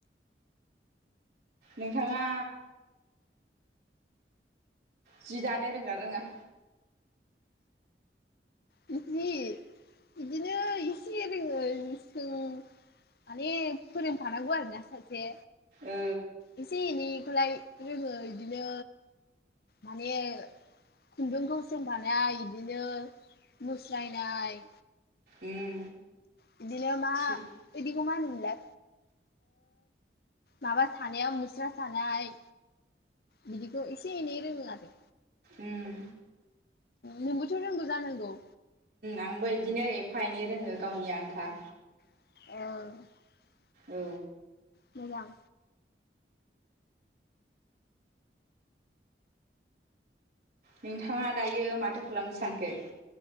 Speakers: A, on the right; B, on the left.
A: नोंथाङा जि दानो रोंगो ना रोङा?
B: बिदिनो इसे दोङो गुसुं माने फोरों फानांगौ आरो सासे
A: ओ
B: एसे एनैखौलाय रोङो बिदिनो माने खुन्दुंखौ सोंफानाय बिदिनो मुस्रायनाय
A: उम
B: बिदिनो मा
A: थिग
B: बिदिखौ मा होनोमोनलाय माबा सानायाव मुस्रा सानाय बिदिखौ इसे एनै रोङो आरो
A: उम
B: नोंबोथ' रोंगौ जानांगौ
A: आंबो बिदिनो एफा एनै रोङो गावनि आन्था
B: औ
A: औ
B: मोजां
A: नोंथाङा दायो माथो खालामनो सानखो